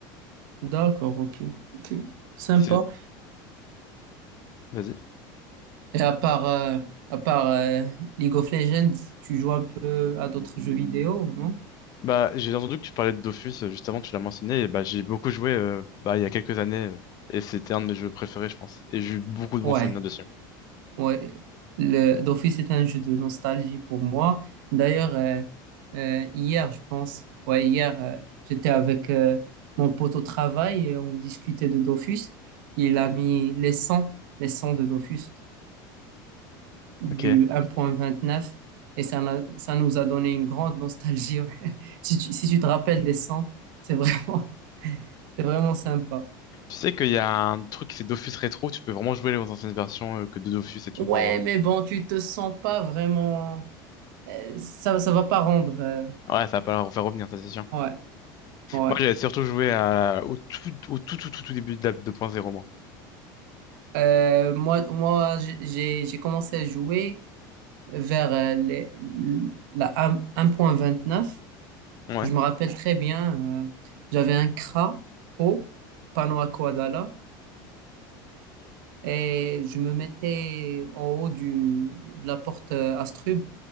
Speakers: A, on the right (about 75°); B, on the left (about 35°).
A: D'accord, ok. Ok. Sympa.
B: C'est- Vas-y.
A: Et à part, euh, à part euh, League of Legends, tu joues un peu à d'autres jeux vidéo, non?
B: Bah, j'ai entendu que tu parlais de Dofus, euh, juste avant, tu l'as mentionné, et bah, j'ai beaucoup joué, euh, bah, il y a quelques années, euh, et c'était un de mes jeux préférés, je pense. Et j'ai eu beaucoup de
A: Ouais.
B: bons souvenirs dessus.
A: Ouais, le- d'office est un jeu de nostalgie pour moi. D'ailleurs, euh, euh, hier, je pense, ouais, hier, euh, j'étais avec euh, mon pote au travail et on discutait de Dofus. Il a mis les 100, les 100 de Dofus du
B: Ok.
A: un point vingt neuf et ça, n'a- ça nous a donné une grande nostalgie. <laughs> ouais. Si tu, si tu te rappelles des 100, c'est vraiment, <laughs> c'est vraiment sympa.
B: Tu sais qu'il y a un truc, c'est Dofus Rétro, tu peux vraiment jouer les anciennes versions, euh, que de Dofus et tout
A: Ouais,
B: pour. euh,
A: mais bon, tu te sens pas vraiment. euh, Ça, ça va pas rendre. euh,
B: Ouais, ça va pas leur faire revenir, ça, c'est sûr.
A: Ouais, ouais.
B: Moi, j'avais surtout joué à, au tout, au tout, tout, tout, tout début de la 2.0, moi.
A: Euh, moi, moi j'ai j'ai commencé à jouer vers euh, les- la 1- 1.29.
B: Ouais,
A: Je me rappelle très bien, euh, j'avais un Kra haut, panneau à Koadala, et je me mettais en haut du, de la porte euh, Astrub